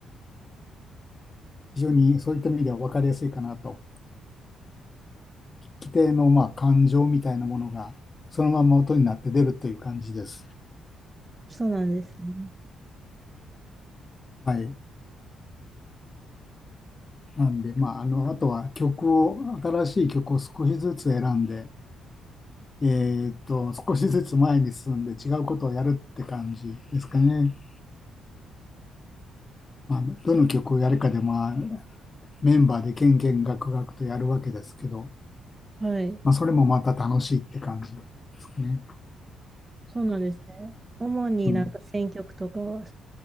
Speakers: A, on the left (about 30°); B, on the right (about 25°).
A: 非常にそういった意味では分かりやすいかなと。規定のまあ感情みたいなものがそのまま音になって出るという感じです。
B: そうなんですね。
A: はい。なんで、まあ、あの、あとは曲を、新しい曲を少しずつ選んで、えーっと、少しずつ前に進んで違うことをやるって感じですかね。まあ、どの曲をやるかで、まあ、メンバーでけんけんがくがくとやるわけですけど、
B: はい。
A: まあ、それもまた楽しいって感じですかね。
B: そうなんですね。主になんか選曲とかは
A: うん。うん